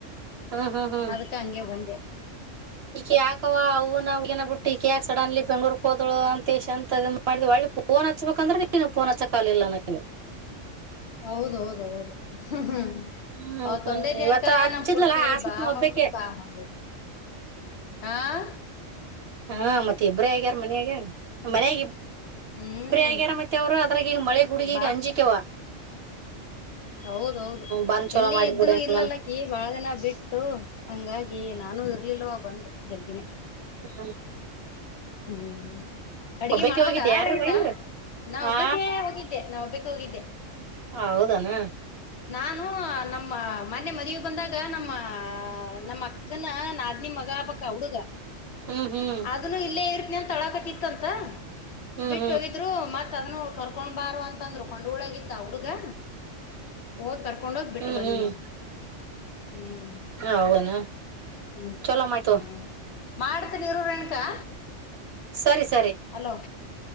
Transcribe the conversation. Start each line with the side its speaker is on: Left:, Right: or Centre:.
Right: ಹ್ಮ್ ಹ್ಮ್ ಹ್ಮ್
Left: ಅದಕ ಹಂಗೆ ಬಂದೆ
Right: ಈಕಿ ಯಾಕವ ಅವ್ವನ ಹುಡುಗಿನ ಬಿಟ್ಟು ಈಕ ಯಾಕ್ ಸಡನ್ಲಿ ಬೆಂಗಳೂರು ಹೋದಳ ಅಂತೇಶ ಅಂತ ಮಾಡಿದ್ ಒಳ್ಳಿ ಫೋನ್ ಹಚ್ಬೇಕಂದ್ರೆ ನೀನು ಫೋನ್ ಹಚ್ಚಕ್ ಆಗಲಿಲ್ಲ ನನಗ.
Left: ಹೌದೌದೌದ ಹ ಹ ಹ
Right: ಹ್ಮ್
Left: ಅವತ್ತ ಒಂದೇ ದಿನಕ್ಕ
Right: ಇವತ್ತ ಹಚ್ಚಿದ್ಲಲ್ಲಾ
Left: ನಮ್ಮ ಪುಟ್ಟಿ
Right: ಆಸ್ಮ
Left: ಬಾ
Right: ಒಬ್ಬಕೆ
Left: ಮಮ್ಮಿ ಬಾ ಮಮ್ಮಿ. ಹಾಂ
Right: ಹಾ ಮತ್ತ ಇಬ್ಬ್ರ ಆಗ್ಯಾರ ಮನೆಯಾಗೆ ಮನ್ಯಾಗ ಇಬ್
Left: ಹ್ಮ್
Right: ಇಬ್ರೆ ಆಗ್ಯಾರ ಮತ್ತೆ ಅವ್ರು ಅದ್ರಾಗ ಈಗ ಮಳೆ ಗುಡುಗಿ
Left: ಬಾ
Right: ಗೇ ಅಂಜಿಕ ವಾ.
Left: ಹೌದೌದು
Right: ಬಂದ್ ಚೊಲೋ
Left: ಎಲ್ಲಿ
Right: ಮಾಡಿದ್
Left: ಇದ್ದೀನು
Right: ಬಿಡ ಹೆಂಗನ
Left: ಇಲ್ಲಲ್ಲ ಅಕಿ ಬಾಳ ದಿನ ಬಿಟ್ಟು ಹಂಗಾಗಿ ನಾನು ಇರ್ಲಿಲ್ವ ಬಂದೆ ಜಲ್ದಿನೆ
Right: ಹ್ಮ
Left: ಹ್ಮ್ ಅಡ್ಗೆ
Right: ಒಬ್ಬಕೆ
Left: ಮಾಡ್ಬೇಕ
Right: ಹೋಗಿದ್ದೆ
Left: ಆ
Right: ಯಾರ
Left: ರೇಣುಕಾ
Right: ಬೈಂದ್ರ
Left: ನಾ ಒಬ್ಬಕೆ
Right: ಆ
Left: ಹೋಗಿದ್ದೆ ನಾವಬ್ ಬ್ಬಕೆ ಹೋಗಿದ್ದೆ.
Right: ಹೌದನ.
Left: ನಾನು ನಮ್ಮ ಮನ್ನಿ ಮದುವಿ ಬಂದಾಗ ನಮ್ಮ ನಮ್ಮ ಅಕ್ಕನ ನಾದ್ನಿ ಮಗ ಆಗ್ಬೇಕ ಆ ಹುಡುಗ.
Right: ಹ್ಮ್ ಹ್ಮ್
Left: ಅದನೂ ಇಲ್ಲೇ ಇರ್ತನ ಅ ತ ಅಳಾಕತ್ತಿತ್ತಂತ
Right: ಹ್ಮ್
Left: ಬಿಟ್ಟ
Right: ಹ್ಮ್
Left: ಒಗಿದ್ರು ಮತ್ ಅದನ್ನ ಕರ್ಕೊಂಡ್ ಬಾರವ ಅಂತ. ತಂದ್ರು ಕೊಂಡವಳ್ಯಗ ಇತ್ತ ಆ ಹುಡುಗಾ. ಹೋಗ್ ಕರ್ ರ್ಕೊಂಡೋಗ್ ಬಿಟ್ಟ
Right: ಹ್ಮ್
Left: ಬಂದಿ
Right: ಹ್ಮ್
Left: ನೋಡ ಹ್ಮ್
Right: ಹೌನ
Left: ಹ್ಮ
Right: ಚಲೋ ಮಾಡ್ತವ
Left: ಹ್ಮ್ ಹಾ ಮಾಡ್ತನ ಇರು ರೇಣುಕಾ.
Right: ಸರಿ ಸರಿ
Left: ಹಲೋ